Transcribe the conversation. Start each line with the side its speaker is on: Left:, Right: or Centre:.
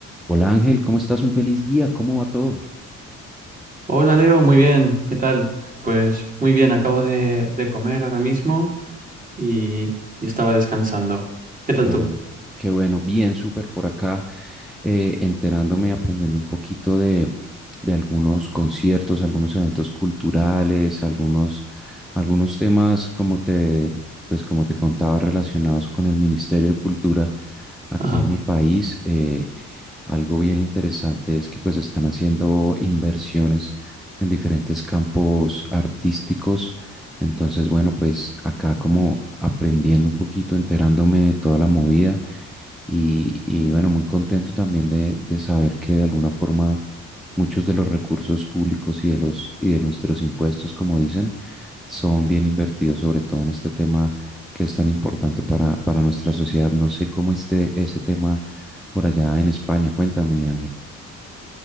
Centre: Hola Ángel, ¿cómo estás? Un feliz día, ¿cómo va todo?
Right: Hola Leo, muy bien, ¿qué tal? Pues muy bien, acabo de, de comer ahora mismo y, y estaba descansando. ¿Qué tal
Centre: Qué
Right: tú?
Centre: bueno, qué bueno, bien, súper por acá, eh, enterándome y aprendiendo un poquito de, de algunos conciertos, algunos eventos culturales, algunos, algunos temas, como te, pues como te contaba, relacionados con el Ministerio de Cultura aquí
Right: Ajá.
Centre: en mi país. eh, Algo bien interesante es que pues están haciendo inversiones en diferentes campos artísticos. Entonces, bueno, pues acá como aprendiendo un poquito, enterándome de toda la movida y, y bueno, muy contento también de, de saber que de alguna forma muchos de los recursos públicos y de los y de nuestros impuestos, como dicen, son bien invertidos, sobre todo en este tema que es tan importante para, para nuestra sociedad. No sé cómo esté ese tema por allá en España. Cuéntame, Ángel.